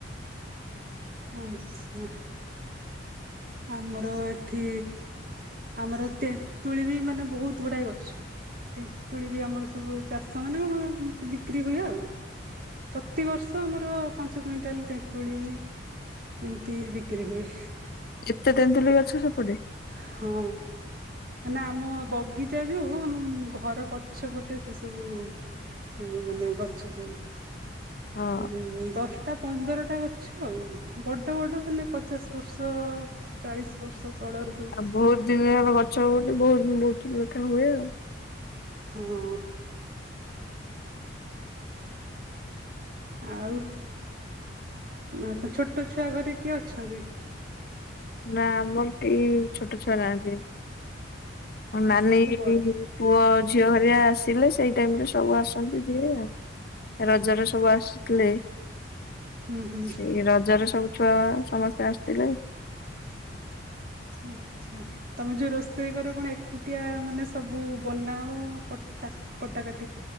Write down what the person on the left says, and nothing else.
ଏତେ ତେନ୍ତୁଳି ଗଛ ସେପଟେ
ହଁ
ଆଉ ବହୁତ ଦିନହେବ
ଗଛ ହୁଏ ବୋଲି ବୋହୁତ ବୋହୁତ ଲେଖା ହୁଏ ଆଉ।
ନା ଆମର କେହି ଛୋଟ ଛୁଆ ନାହାନ୍ତି। ମୋ ନାନୀ
ପୁଅ ଝିଅ ହେରିକା ଆସି ଥିଲେ ସେଇ ଟାଇମରେ ସବୁ ଆସନ୍ତି ଯିଏ ଆଉ ରଜରେ ସବୁ ଆସିଥିଲେ।
ସେଇ ରଜରେ ସବୁ ଛୁଆ ସମସ୍ତେ ଆସିଥିଲେ।